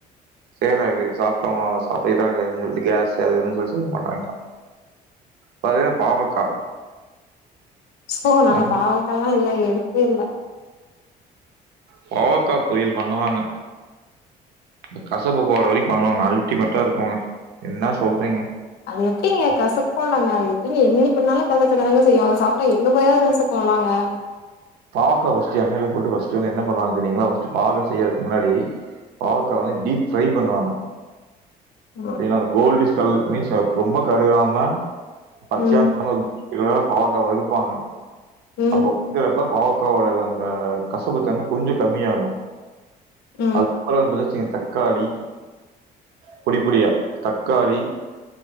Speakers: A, on the right; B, on the left.
A: சேராது சாப்டேமா சா இதாகாதுன்னு சொல்லிட்டு கேஸ் அதுதுன்னு சொல்லி செய்ய மாட்டாங்க பாத்தீங்னா பாவக்கா
B: ஸோ நாங்க
A: ம்
B: பாவக்காலா ஆ இல்லல்ல எடுக்கேல்ல
A: பாவக்கா பொரியல் பண்ணுவாங்க அந்த கசப்பு போற வரிக்கூ பண்ணுவாங்க அல்டிமேட்டா இருக்கூங்க என்னா சொல்றீங்க
B: அது எப்டிங்க கசக்கோந்தாங்க அது எப்டிங்க என்ன பண்ணாலூ கசக்க தானங்க செய்யூ அத சாப்ட்டா எப <unintelligible> பண்லாங்க
A: பாவக்கா ஃபஸ்ட்டு எண்ணையில போட்டு ஃபஸ்ட்டு வந்து என்ன பண்ணுவாங்க தெரியுங்களா ஃபஸ்ட் பாவக்கா செய்யறதுக்கு முன்னாடி பாவக்கா வந்து டீப் ஃப்ரை பண்ணுவாங்க
B: ம்
A: என கோல்டிஷ் சொல் மீன்ஸ் அதுக் ரொம்ப கருகாம பச்சியா
B: ம்
A: கரு இதுவே பாவக்கா வருப்பாங்க
B: ம்
A: அப்போ பூக் ரப்போ பாவக்காவோட அந்த கசப்புதன்ம கொஞ்சோ கம்மியாகோ
B: ம்
A: அது அப்றோ <unintelligible> சேத்து தக்காளி பொடி பொடியா தக்காளி